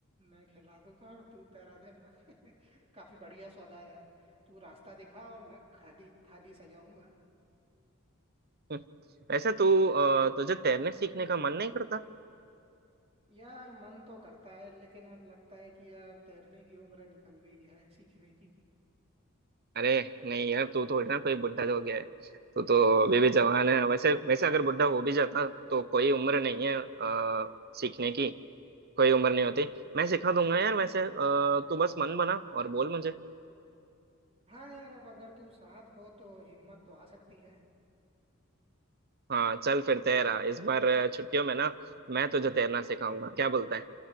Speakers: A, on the right (about 30°); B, on the right (about 50°).
A: मैं खिला दूंगा और तू तैरा देना <laughs> काफी बढ़िया सौदा है यार तू रास्ता दिखा और मैं खाली थाली सजाऊंगा
B: <laughs> वैसे तू अ, तुझे तैरने सीखने का मन नहीं करता
A: यार मन तो करता है लेकिन अब लगता है कि यार तैरने की उम्र निकल गई है सीखने की
B: अरे नहीं यार तू तो ना कोई बुढ़ा हो गया है तू तो अभी भी जवान है वैसे वैसे अगर बुढ़ा हो भी जाता तो कोई उम्र नहीं है आ, सीखने की कोई उम्र नहीं होती मैं सिखा
A: हम्म
B: दूंगा यार वैसे अ, तू बस मन बना और बोल मुझे
A: हाँ यार अब अगर तू साथ हो तो हिम्मत तो आ सकती है
B: हाँ चल फिर तैरा इस बार छुट्टियों में ना मैं तुझे तैरना सिखाऊंगा क्या बोलता है